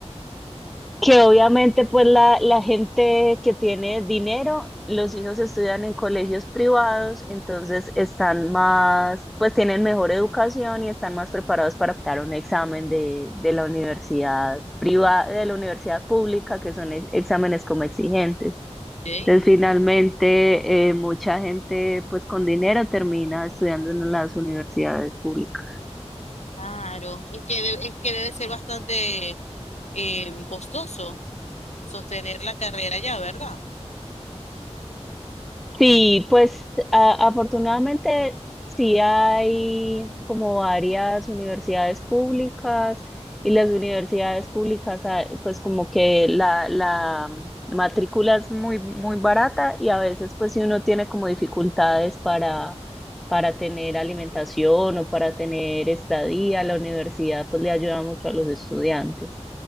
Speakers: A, in the centre; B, on the left (about 80°).
A: que obviamente pues la, la gente que tiene dinero, los hijos estudian en colegios privados, entonces están más, pues tienen mejor educación y están más preparados para dar un examen de, de la universidad privada, de la universidad pública, que son e- exámenes como exigentes.
B: ¿ok?
A: Entonces, finalmente, eh, mucha gente pues con dinero termina estudiando en las universidades públicas.
B: Claro, es que, debe- es que debe ser bastante em, costoso sostener la carrera ya, ¿verdad?
A: Sí, pues a- afortunadamente sí hay como varias universidades públicas y las universidades públicas ah, pues como que la, la matrícula es muy, muy barata y a veces pues si uno tiene como dificultades para, para tener alimentación o para tener estadía, la universidad pues le ayuda mucho a los estudiantes.